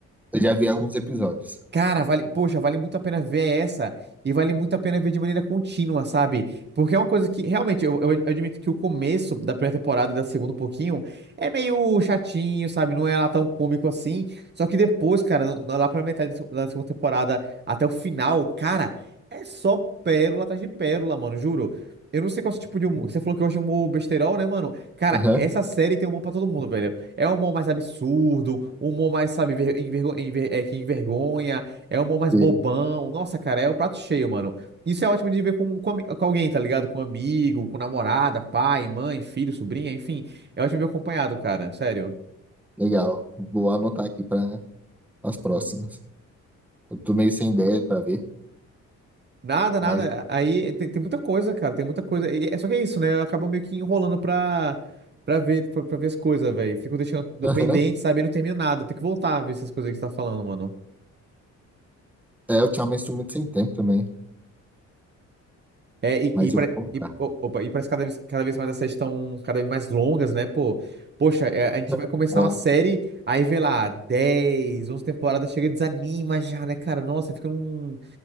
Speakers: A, in the centre; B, on the right (about 35°).
A: Eu já vi alguns episódios.
B: Cara, vale, poxa, vale muito a pena ver essa e vale muito a pena ver de maneira contínua, sabe? Porque é uma coisa que realmente eu, eu admito que o começo da primeira temporada e da segunda um pouquinho é meio chatinho, sabe? Não é lá tão cômico assim. Só que depois, cara, no- lá pra metade da segunda temporada até o final, cara, é só pérola atrás de pérola, mano, juro. Eu não sei qual é esse tipo de humor.
A: <laughs>
B: Você falou que hoje é humor besterol, né, mano? Cara,
A: Aham,
B: essa série tem humor pra todo mundo, velho. É um humor mais absurdo, um humor mais, sabe, ver- envergo- enver- é, que envergonha. É humor mais
A: sim,
B: bobão. Nossa, cara, é o prato cheio, mano. Isso é ótimo de ver com, com, ami- com alguém, tá ligado? Com amigo, com namorada, pai, mãe, filho, sobrinha, enfim. É ótimo ver acompanhado, cara. Sério.
A: legal. Vou anotar aqui para as próximas. Eu tô meio sem ideia para ver,
B: Nada,
A: mas
B: nada. Aí tem, tem muita coisa, cara. Tem muita coisa. E- É só que é isso, né? Eu acabo meio que enrolando pra, pra ver, pra, pra ver as coisas, velho. Fico deixando
A: aham.
B: pendente, sabe? E não termino nada. Tem que voltar a ver essas coisas que você tá falando, mano.
A: É, ultimamente estou muito sem tempo também,
B: É, e,
A: mas
B: e, pare-
A: eu vou colocar.
B: e- o- opa, e parece que cada vez, cada vez mais as séries estão cada vez mais longas, né? Pô, poxa, é, a gente
A: <laughs>
B: vai começar
A: É,
B: uma série, aí vê lá, 10, 11 temporadas, chega e desanima já, né, cara? Nossa, fica um.